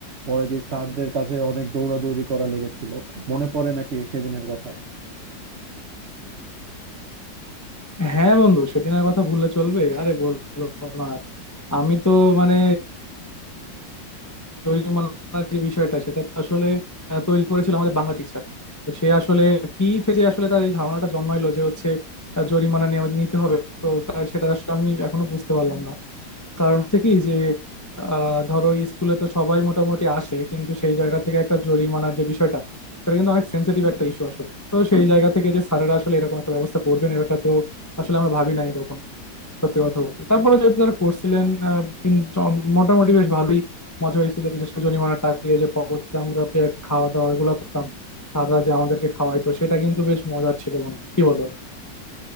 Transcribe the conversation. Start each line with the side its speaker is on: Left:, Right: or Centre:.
Right: পরে দিয়ে স্যারদের কাছে অনেক দৌড়াদৌড়ি করা লেগেছিল মনে পড়ে নাকি সেদিনের কথা
Left: হ্যাঁ বন্ধু সেদিনের কথা ভুললে চলবে আরে বললো না আর। আমি তো মানে জরিমানার যে বিষয়টা সেটা তো আসলে আহ, তৈরি করেছিল আমাদের বাংলা টিচার তো সে আসলে কি থেকে আসলে তার এই ধারণাটা জন্মাইলো যে হচ্ছে আহ, জরিমানা নেওয়া- নিতে হবে তো কার- সেটা আসলে আমি এখনো বুঝতে পারলাম না কারণ হচ্ছে কি যে আহ, ধরো এই স্কুলে তো সবাই মোটামুটি আসে কিন্তু সেই জায়গা থেকে একটা জরিমানার যে বিষয়টা সেটা কিন্তু অনেক সেন্সিটিভ একটা ইস্যু আসলে তো সেই জায়গা থেকে যে স্যারেরা আসলে এরকম একটা ব্যবস্থা করবেন এটা তো আসলে আমরা ভাবি নাই কখনো সত্যি কথা বলতে তারপরে যেহেতু তারা করছিলেন আহ, কিন- চ- মোটামুটি বেশ ভালোই মজা হয়েছিল বিশেষ করে জরিমানার টাকা দিয়ে যে পরবর্তীতে আমরা যে খাওয়া দাওয়া গুলো করতাম স্যাররা যে আমাদেরকে খাওয়াইতো সেটা কিন্তু বেশ মজার ছিল বন্ধু কি বলো